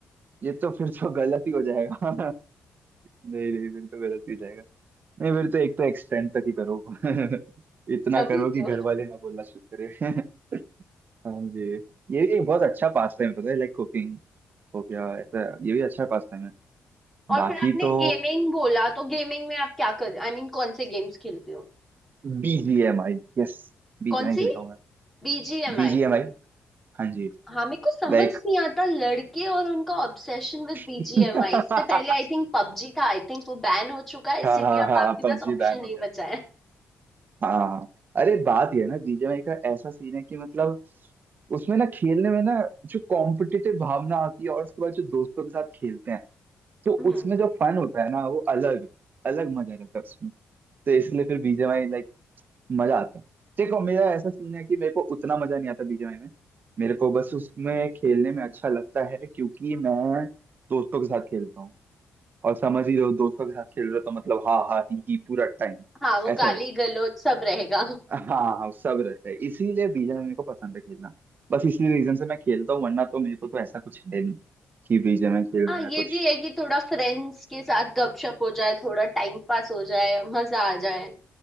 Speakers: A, on the right (about 45°); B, in the centre.
A: ये तो फिर तो गलत ही हो जाएगा <laughs> नहीं नहीं फिर तो गलत ही हो जाएगा नहीं फिर तो एक तो एक्सटेंड तक ही करो <laughs> इतना
B: तभी
A: करो कि
B: तो
A: घर वाले ना बोलना शुरू करें <laughs> हाँ जी ये एक बहुत अच्छा पास टाइम पता है लाइक कुकिंग हो गया ऐसा ये भी अच्छा पास टाइम है
B: और
A: बाकी
B: फिर आपने
A: तो
B: गेमिंग बोला तो गेमिंग में आप क्या कर आई I मीन mean, कौन से गेम्स खेलते हो
A: बीजीएमआई यस बीजीएमआई
B: कौन सी
A: खेलता हूँ मैं
B: बीजीएमआई
A: बीजीएमआई हाँ जी
B: हाँ मेरे को समझ
A: लाइक
B: नहीं आता लड़के और उनका ऑब्सेशन विद बीजीएमआई
A: <laughs>
B: इससे पहले आई थिंक पबजी था आई थिंक वो बैन हो चुका है इसीलिए
A: हाँ हाँ
B: अब
A: हाँ
B: आपके पास
A: पबजी
B: ऑप्शन
A: बैन
B: नहीं
A: हो
B: बचा है
A: हाँ अरे बात यह है ना बीजीएमआई का ऐसा सीन है कि मतलब उसमें ना खेलने में ना जो कॉम्पिटिटिव भावना आती है और उसके बाद जो दोस्तों के साथ खेलते हैं तो
B: हम्म
A: उसमें जो फन होता है ना वो अलग अलग मजा रहता है उसमें तो इसलिए फिर बीजीएमआई लाइक मजा आता है देखो मेरा ऐसा सीन है कि मेरे को उतना मजा नहीं आता बीजीएमआई में मेरे को बस उसमें खेलने में अच्छा लगता है क्योंकि मैं दोस्तों के साथ खेलता हूँ और समझ ही रहो दोस्तों के साथ खेल रहे हो तो मतलब हाँ हाँ ही, ही पूरा टाइम
B: हाँ वो
A: ऐसा
B: गाली
A: रहता है
B: गलौज सब रहेगा
A: हाँ हाँ सब रहता है इसीलिए बीजन मेरे को पसंद है खेलना बस इसी रीजन से मैं खेलता हूँ वरना तो मेरे को तो ऐसा कुछ है नहीं कि बीजन में खेलूँ
B: हाँ ये
A: या कुछ
B: भी है कि थोड़ा फ्रेंड्स के साथ गपशप हो जाए थोड़ा टाइम पास हो जाए मजा आ जाए